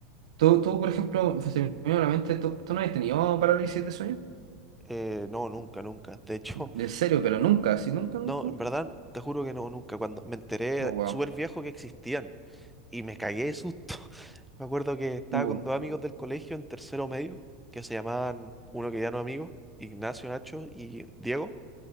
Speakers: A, on the right; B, in the centre.
A: Tú, tú, por ejemplo, se me vino a la mente, ¿tú, tú no has tenido parálisis de sueño?
B: Eh, no, nunca, nunca. De hecho,
A: En
B: <laughs>
A: serio, pero nunca, así nunca, nunca,
B: no, en
A: nunca.
B: verdad, te juro que no, nunca. Cuando me enteré
A: Oh, wow.
B: súper viejo que existían y me cagué de susto. <laughs> Me acuerdo que estaba
A: Uh.
B: con dos amigos del colegio en tercero medio, que se llamaban, uno que ya no es amigo, Ignacio, Nacho y Diego,